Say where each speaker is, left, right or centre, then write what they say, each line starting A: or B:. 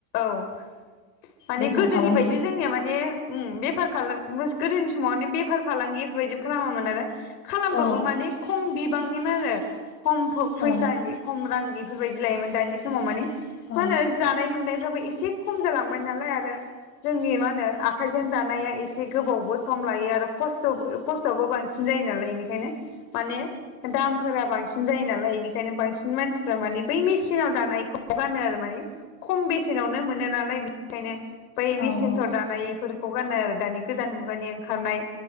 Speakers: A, on the left (about 60°); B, on the left (about 20°).
A: औ माने
B: बेफार
A: गोदोनि
B: फालांगि
A: बायदि जोंनिया माने उम बेफार खालामो गोदोनि समाव माने बेफार फालांगि बेफोरबायदि खालामामोन आरो खालामबाबो
B: औ
A: माने खम बिबांनि आरो खम फो फैसानि
B: औ
A: खम रांनि बेफोरबायदि लायोमोन दानि समाव माने
B: अ
A: जानाय लुनायफ्राबो एसे खम जालांबाय नालाय आरो जोंनि मा होनो आखाइजों दानाया एसे गोबावबो सम लायो आरो खस्थ'बो खस्थ'आबो बांसिन जायो नालाय बेनिखायनो माने दामफोरा बांसिन जायो ना नालाय एनिखायनो बांसिन मानसिफ्रा माने बै मेसिनाव दानायखौ गानो आरो माने खम बेसेनावनो मोनो नालाय बे खायनो बै मेसिनफ्राव
B: औ
A: दानायफोर खौ गानो आरो दानि गोदान मुगानि ओंखारनाय